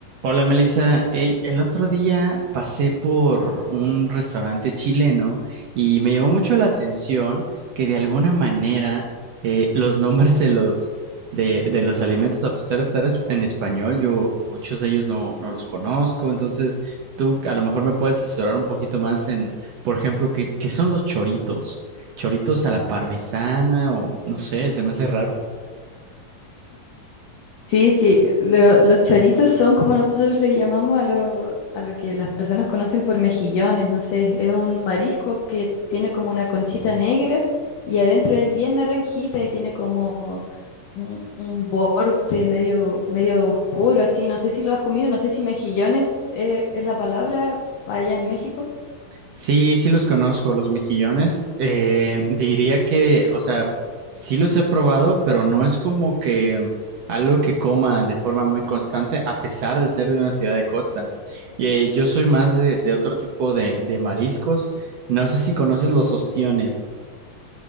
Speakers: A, on the right; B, on the left.
A: Hola Melissa, Ey, el otro día pasé por un restaurante chileno y me llamó mucho la atención que de alguna manera eh, los <laughs> nombres de los, de, de los alimentos, a pesar de estar es- en español, yo muchos de ellos no, no los conozco, entonces tú a lo mejor me puedes asesorar un poquito más en, por ejemplo, qué, qué son los choritos, choritos a la parmesana o no sé, se me hace raro.
B: Sí, sí, lo- los choritos son como nosotros le llamamos a lo, a lo que las personas conocen por mejillones, no sé, es un marisco que tiene como una conchita negra y adentro es bien naranjita y tiene como un, un borde medio, medio oscuro, así, no sé si lo has comido, no sé si mejillones eh, es la palabra allá en México.
A: Sí, sí los conozco, los mejillones. Eh, diría que, o sea, sí los he probado, pero no es como que algo que coma de forma muy constante, a pesar de ser de una ciudad de costa. Eh, yo soy más de, de otro tipo de, de mariscos. No sé si conoces los ostiones.